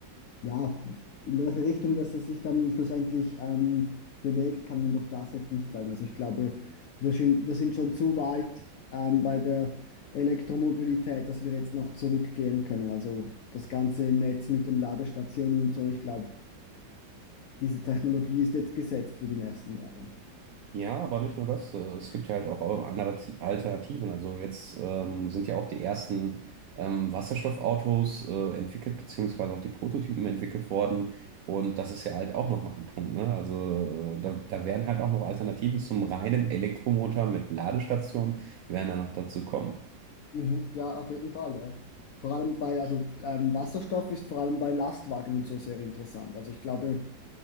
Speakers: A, on the left (about 70°); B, on the right (about 85°).
A: ja, in welche Richtung das es sich dann schlussendlich ähm, bewegt, kann man durch das jetzt nicht sagen. Also ich glaube, wir sind, wir sind schon zu weit ähm, bei der Elektromobilität, dass wir jetzt noch zurückgehen können. Also das ganze Netz mit den Ladestationen und so, ich glaube, diese Technologie ist jetzt gesetzt für die nächsten Jahre.
B: Ja, aber nicht nur das. äh, Es gibt ja halt auch andere Ti- Alternativen. Also jetzt ähm, sind ja auch die ersten ähm, Wasserstoffautos äh, entwickelt, beziehungsweise auch die Prototypen entwickelt worden. Und das ist ja halt auch nochmal ein Punkt, ne? Also äh, da, da werden halt auch noch Alternativen zum reinen Elektromotor mit Ladestation, werden dann noch dazu kommen.
A: Mhm, ja, auf jeden Fall, ja. Vor allem bei, also ähm, Wasserstoff ist vor allem bei Lastwagen und so sehr interessant. Also ich glaube,